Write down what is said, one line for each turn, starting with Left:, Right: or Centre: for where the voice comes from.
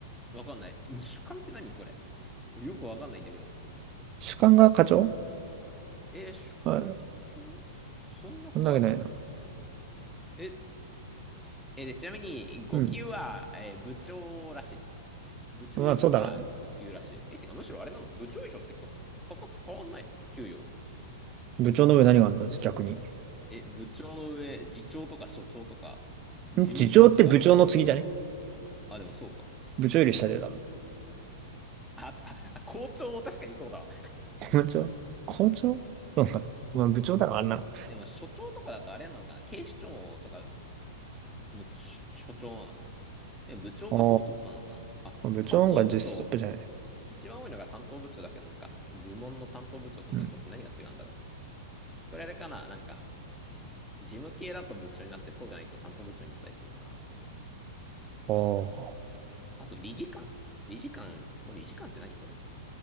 Centre: わかんない。主幹って何これ。よくわかんないんだけど。
Right: 主幹が課長
Centre: えー、主幹課長そんなことある
Right: あ、そんなわけないな。
Centre: え、んえーで、ちなみに、5級は、
Right: うん。
Centre: えー部長らしい。部長以上が5級らしい。
Right: まあ、そうだろうね。
Centre: え、てか、むしろあれなの部長以上ってか、価格変わんないのって給与。
Right: 部長の上何があるの逆に。
Centre: え、部長の上、次長とか所長とか、事務長とか。
Right: ん次長って部長の次じゃね
Centre: あ、でもそうか。
Right: 部長より下でだろ。
Centre: あ、あ、あ校長確かにそうだわ。
Right: <laughs> 部長課長そうか。まあ、部長だろ、あんなの。
Centre: でも、所長とかだとあれなのかな警視庁とかのちょ所長なのかなえ、部長がほぼトップなのかなあ、
Right: ああ。まあ部長の方が実ストップじゃない。
Centre: 担当部長、一番多いのが担当部長だけど、なんか、部門の担当部長と部長って何が違うんだろう
Right: うん。
Centre: これあれかななんか、事務系だと部長になって、そうじゃないと担当部長になったりするのかな
Right: おー、
Centre: あと、理事官。理事官、これ理事官って何これ